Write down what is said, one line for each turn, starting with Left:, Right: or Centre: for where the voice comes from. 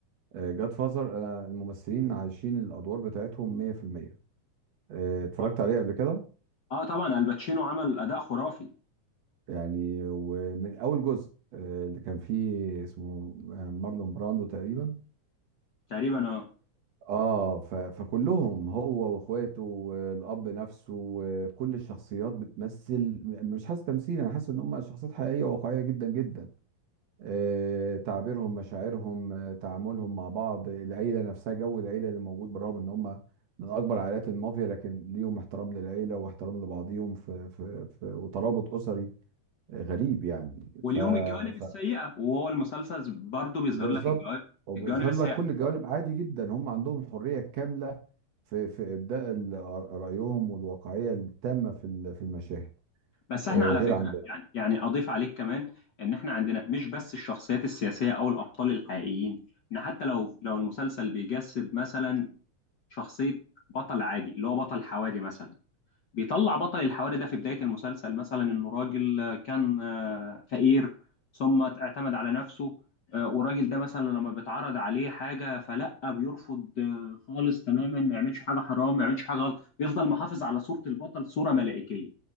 Right: جاد فازر انا الممثلين عايشين الادوار بتاعتهم 100% آه، اتفرجت
Left: اه
Right: عليه قبل كده
Left: آه، طبعا الباتشينو عمل اداء خرافي
Right: يعني ومن اول جزء آه، اللي كان فيه اسمه آه، مارلون براندو تقريبا
Left: تقريبا اه
Right: اه ف- فكلهم هو واخواته والاب نفسه وكل الشخصيات بتمثل مش حاسس تمثيل انا حاسس ان هم شخصيات حقيقيه وواقعيه جدا جدا آه، تعبيرهم مشاعرهم آه، تعاملهم مع بعض العيلة نفسها جو العيلة اللي موجود بالرغم ان هم من اكبر عائلات المافيا لكن ليهم احترام للعيلة واحترام لبعضيهم في في في وترابط اسري آه، غريب يعني
Left: وليهم
Right: ف,
Left: الجوانب السيئه
Right: ف
Left: وهو المسلسل برضه بيظهر
Right: بالظبط
Left: لك الجوانب
Right: وبيظهر
Left: الجوانب السيئه
Right: لك كل الجوانب عادي جدا هم عندهم الحرية الكاملة في في ابداء ال- رأيهم والواقعية التامة في ال- في المشاهد
Left: بس احنا
Right: آه،
Left: على
Right: غير
Left: فكره
Right: عن ده
Left: يعني يعني اضيف عليك كمان ان احنا عندنا مش بس الشخصيات السياسيه او الابطال الحقيقيين ان حتى لو لو المسلسل بيجسد مثلا شخصية بطل عادي اللي هو بطل حواري مثلا بيطلع بطل الحواري ده في بداية المسلسل مثلا إنه راجل آه، كان آه، فقير ثم اعتمد على نفسه آه، والراجل ده مثلا لما بيتعرض عليه حاجة فلأ بيرفض آه، خالص تماما ما يعملش حاجة حرام ما يعملش حاجة غلط بيفضل محافظ على صورة البطل صورة ملائكية